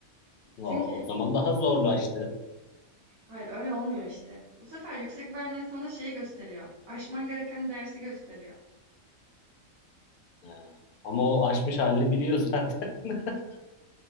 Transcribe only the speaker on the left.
O,
o zaman daha zorlaştı.
Ha, ama o aşmış halini biliyor zaten. <laughs>